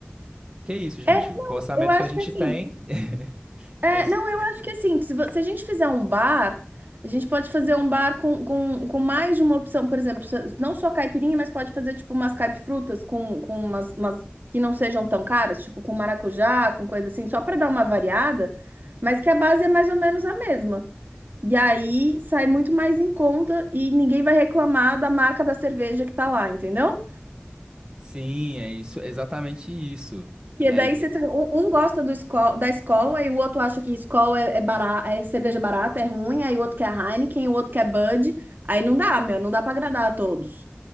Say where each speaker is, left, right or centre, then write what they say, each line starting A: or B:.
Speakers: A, on the right (about 20°); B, on the right (about 50°).
A: Que isso, gente?
B: É, não,
A: Com o orçamento
B: eu acho
A: que a gente
B: que assim,
A: tem. <laughs>
B: É,
A: É isso.
B: não, eu acho que assim, se, vo- se a gente fizer um bar, a gente pode fazer um bar com, com, com mais de uma opção, por exemplo, se- não só caipirinha, mas pode fazer tipo umas caipifrutas com, com umas, umas que não sejam tão caras, tipo com maracujá, com coisa assim, só para dar uma variada, mas que a base é mais ou menos a mesma. E aí sai muito mais em conta e ninguém vai reclamar da marca da cerveja que tá lá, entendeu?
A: Sim, é isso, exatamente isso.
B: Porque
A: É,
B: daí você tem- um, um gosta do esco- da escola e o outro acha que escola é, é, bara- é cerveja barata, é ruim, aí o outro quer Heineken, o outro quer Bud. Aí não dá, meu, não dá pra agradar a todos.